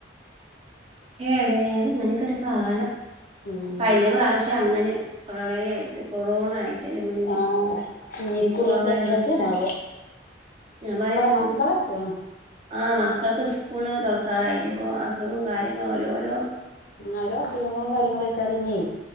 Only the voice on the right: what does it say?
ഏതായാലും ഇങ്ങനെ ഒക്കെ ഒരു കാലം
കഴിഞ്ഞ പ്രാവശ്യം അങ്ങനെ പ്രളയായിട്ട് കൊറോണ ആയിട്ട് അതിന് മുന്നേ
നിപ്പ
വൈറസ്
ഞാൻ പറയപ്പഞ്
ആഹ് മക്കൾക്ക് സ്കൂള് തുറക്കാറായി ഇനിപ്പോ അസുഖം കാര്യങ്ങളും ഓരോരോ